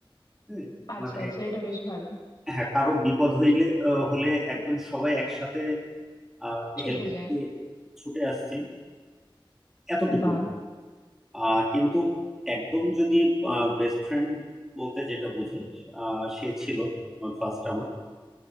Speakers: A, in the centre; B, on the left.
A: হ্যাঁ,
B: আচ্ছা
A: মানে
B: আচ্ছা এটা বেশ ভালো
A: হ্যাঁ কারো বিপদ হইলে আহ, হলে একদম সবাই একসাথে আর
B: ছুটে
A: হেল্প করতে
B: যায়
A: ছুটে আসছি এতটুকুই
B: বাপ
A: আহ কিন্তু একদম যদি বেস্ট ফ্রেন্ড বলতে যেটা বোঝে আহ, সে ছিল ফার্স্ট আমার